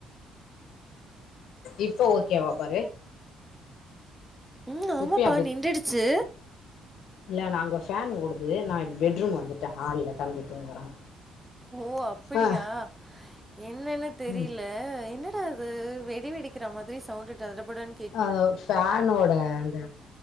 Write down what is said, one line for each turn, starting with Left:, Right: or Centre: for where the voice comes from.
Left: இப்ப ஓகேவா பாரு
Centre: ம் ஆமாப்பா
Left: இப்பயும்
Centre: நின்றுடுச்சு
Left: இல்ல நா அங்க ஃபேன் ஓடுது நா பெட்ரூம் வந்துட்ட ஹால்ல தம்பி தூங்குறான்
Centre: ஓ அப்படியா
Left: ஆ
Centre: என்னன்னு தெரில
Left: ம்
Centre: என்னடா இது வெடி வெடிக்கிற மாதிரி சவுண்டு டடபுடன்
Left: அதா ஃபேனோட அந்த